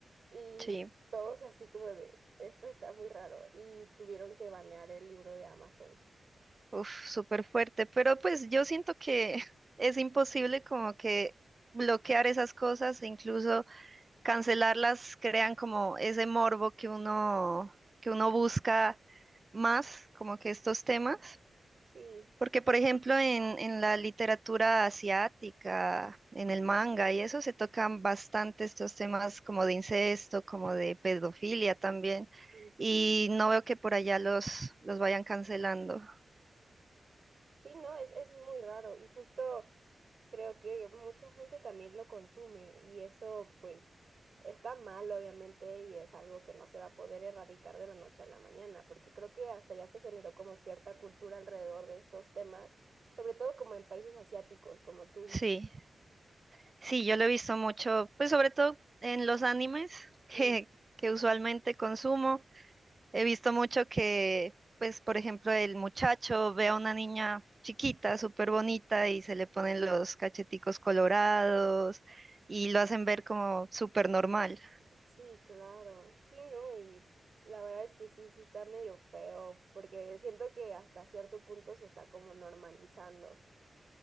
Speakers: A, on the right; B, on the right.
A: y
B: sí,
A: todos así como de, esto está muy raro, y tuvieron que banear el libro de Amazon.
B: uf, súper fuerte. Pero pues yo siento que <laughs> es imposible como que bloquear esas cosas, e incluso cancelarlas, crean como ese morbo que uno que uno busca más, como que estos temas.
A: Sí.
B: Porque, por ejemplo, en, en la literatura asiática, en el manga y eso, se tocan bastante estos temas como de incesto, como de pedofilia también.
A: Y sí,
B: Y no veo que por allá los, los vayan cancelando.
A: sí, no, es, es muy raro, y justo... Creo que mucha gente también lo consume y eso pues está mal obviamente y es algo que no se va a poder erradicar de la noche a la mañana, porque creo que hasta ya se generó como cierta cultura alrededor de estos temas, sobre todo como en países asiáticos, como tú dices.
B: Sí, sí, yo lo he visto mucho, pues sobre todo en los animes <laughs> que,
A: Sí,
B: que usualmente consumo. He visto mucho que, pues, por ejemplo, el muchacho ve a una niña chiquita, súper bonita, y se le ponen los cacheticos colorados y lo hacen ver como súper normal.
A: sí, claro. Sí, ¿no? Y la verdad es que sí, sí está medio feo, porque siento que hasta cierto punto se está como normalizando.